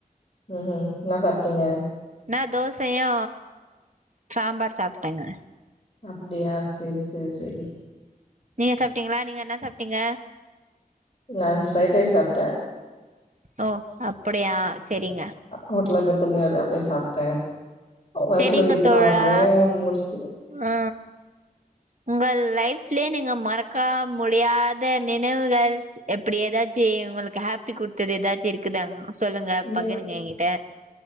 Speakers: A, on the left; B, on the right.
A: ம்ம் என்னா சாப்டீங்க
B: நா தோசையு சாம்பார் சாப்ட்டங்க
A: அப்படியா செரி சேர் செரி
B: நீங்க சாப்டீங்களா நீங்க என்ன சாப்டீங்க
A: நான் ப்ரைட் ரைஸ் சாப்ட்ட
B: ஓ அப்படியா செரிங்க
A: ஹோட்டலருந்து <unintelligible> அப்படியே சாப்ட்ட வர்க்ல
B: செரிங்க
A: இருந்து இப்பதா
B: தோழா
A: வந்தே முடிஸ்
B: ஆ உங்க லைப்லே நீங்க மறக்கா முடியாத நினைவுகள் எப்படி எதாச்சி உங்களுக்கு ஹாப்பி குடுத்தது எதாச்சி இருக்குதாங் சொல்லுங்க
A: ம்
B: பகிருங்க எங்கிட்ட